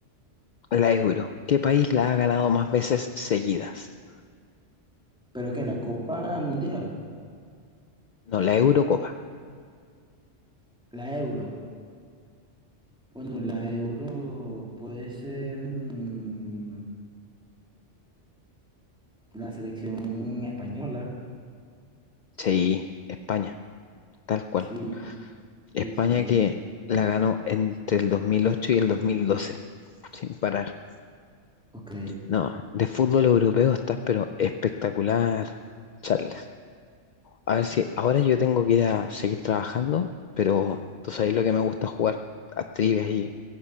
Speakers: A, on the left; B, in the centre.
A: La Euro. ¿Qué país la ha ganado más veces seguidas?
B: Pero que la Copa Mundial,
A: No, la Eurocopa.
B: la Euro. Bueno, la Euro puede ser mm, la selección española.
A: Sí, España, tal cual.
B: Sí,
A: España
B: sí, sí.
A: que la ganó entre el 2008 y el 2012, sin parar.
B: Ok,
A: No, de fútbol europeo estás, pero espectacular, Charles. A ver si ahora yo tengo que ir a seguir trabajando, pero tú sabes lo que me gusta jugar a trivias y,